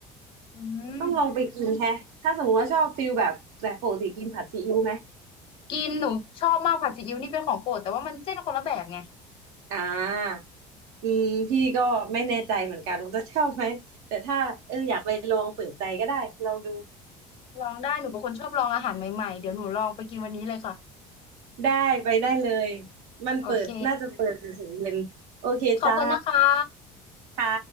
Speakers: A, on the left; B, on the right.
A: อืม
B: ต้องลองไปกินแฮะถ้าสมมติว่าชอบฟิลแบบแต่ปกติกินผัดซีอิ๊วไหม
A: กินหนูชอบมากผัดซีอิ๊วนี่เป็นของโปรดแต่ว่ามันเส้นคนละแบบไง
B: อ่าอืมพี่ก็ไม่แน่ใจเหมือนกันว่าจะชอบไหม <laughs> แต่ถ้าเอออยากไปลองเปิดใจก็ได้ลองดู
A: ลองได้หนูเป็นคนชอบลองอาหารใหม่ๆเดี๋ยวหนูลองไปกินวันนี้เลยค่ะ
B: ได้ไปได้เลย มันเปิดน่าจะเปิดถึงสี่โมงเย็นโอเคจ้า
A: โอเคขอบคุณนะคะ
B: ค่ะ